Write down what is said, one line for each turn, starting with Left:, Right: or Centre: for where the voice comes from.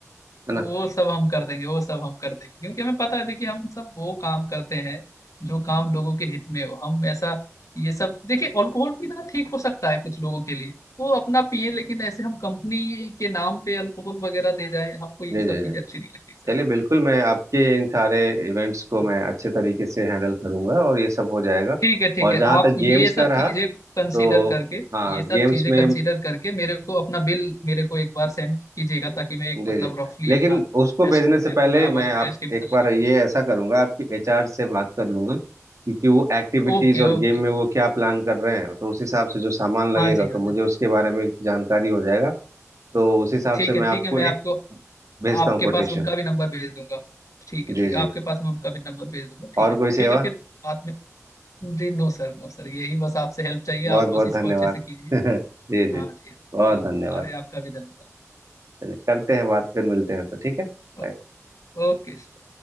Left: वो
Right: ना
Left: सब हम कर देंगे वो सब हम कर देंगे क्योंकि हमें पता है देखिए हम सब वो काम करते हैं जो काम लोगों के हित में हो हम ऐसा ये सब देखिए अल्कोहल पीना ठीक हो सकता है कुछ लोगों के लिए वो अपना पिए लेकिन ऐसे हम कंपनी के नाम पे अल्कोहल वगैरह दे जाए हमको ये
Right: जी जी
Left: सब
Right: जी
Left: चीजें अच्छी नहीं लगती सही
Right: चलिए
Left: है।
Right: बिल्कुल मैं आपके इन सारे इवेंट्स को
Left: हाँ
Right: मैं अच्छे तरीके से हैंडल करूंगा और ये सब हो जाएगा
Left: ठीक है ठीक
Right: और
Left: है
Right: जहाँ
Left: आप
Right: तक
Left: ये
Right: गेम्स
Left: सब
Right: का रहा
Left: चीजें कंसीडर
Right: तो
Left: करके
Right: हाँ
Left: ये सब
Right: गेम्स
Left: चीजें
Right: में
Left: कंसीडर करके मेरे को अपना बिल मेरे को एक बार सेंड कीजिएगा ताकि मैं एक
Right: जी
Left: मतलब
Right: जी
Left: रफली
Right: लेकिन
Left: अपना
Right: उसको
Left: एस,
Right: भेजने से पहले
Left: पूरा
Right: मैं
Left: अमाउंट
Right: आप
Left: का एस्टिमेशन
Right: एक बार
Left: लगा पाऊँ
Right: ये ऐसा करूंगा आपकी एचआर से बात कर लूंगा क्योंकि वो एक्टिविटीज
Left: Okay
Right: और गेम
Left: okay
Right: में वो क्या प्लान कर रहे हैं तो उस हिसाब से जो सामान लगेगा
Left: हाँ जी हाँ
Right: तो मुझे
Left: जी
Right: उसके बारे में जानकारी हो जाएगा तो उस हिसाब
Left: ठीक
Right: से मैं
Left: है
Right: आपको
Left: ठीक है मैं
Right: एक
Left: आपको
Right: भेजता
Left: आपके
Right: हूँ कोटेशन
Left: पास उनका भी नंबर भेज दूंगा ठीक है
Right: जी
Left: ठीक है
Right: जी
Left: आपके पास मैं उनका भी नंबर भेज दूंगा ठीक
Right: और
Left: है
Right: कोई सेवा
Left: ठीक है फिर बाद में जी नो सर नो सर यही बस आपसे हेल्प चाहिए
Right: बहुत
Left: आप
Right: बहुत
Left: बस इसको
Right: धन्यवाद
Left: अच्छे से कीजिए
Right: <laughs> जी जी
Left: हाँ जी
Right: बहुत
Left: हाँ
Right: धन्यवाद
Left: हाँ अरे आपका भी धन्यवाद
Right: चलिए करते हैं बात फिर मिलते हैं तो ठीक है Bye.
Left: ओ- ओके सर